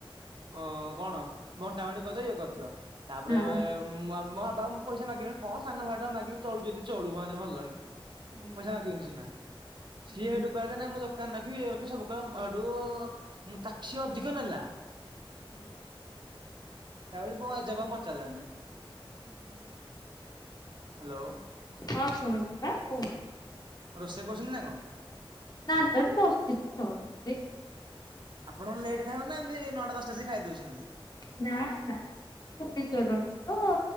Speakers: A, on the right; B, on the left.
A: ଓ କଣ ବଣ୍ଟାବଣ୍ଟି କରିଦେବି ଇଏ କରୁଛ। ତାପରେ
B: ହଁ
A: ମୋ ବାପା ଙ୍କୁ ପଇସା ମାଗିଲା ରୁ କଣ ସାନ ଭାଈ ଟାକୁ ମାଗିବି ଚଳୁଚି ଯଦି ଚଳୁ ମୋ ହାତରୁ ଭଲ ହେଇକି।
B: ହୁଁ
A: ପଇସା ମାଗିବେନି ସିନା
B: ହୁଁ।
A: ସିଏ ସେଠୁ କରିଦେ ନେ ମୁଁ ଜା ନଥିବି ଇଏ ହେଉଥିବ ସବୁ କହିବ ଆଡୁ ତାକୁ ସେ ଅଧିକ ନେଲା।
B: ହୁଁ।
A: ତା ପରେ ମୋ ଜେଜେ ପା ଙ୍କୁ ପଚରିଲାନିଁ।
B: ଓ ହଁ <inaudible>
A: ହାଲୋ।
B: ହଁ ଶୁଣୁଛି ପା କୁହନ୍ତୁ।
A: ରୋଷେଇ କରୁଛନ୍ତି ନା କଣ?
B: ନା ନା ବସିଥିଲି ତ ଏଇ।
A: ଆପଣ ଲେଟ୍ ଖାଇବା ନା ଏମିତି ନଅଟା ଦଶଟା ସେଇ ଖାଇ ଦେଉଛନ୍ତି।
B: ନା ନା ଭୁବନେଶ୍ଵର ରହୁଛି ତ।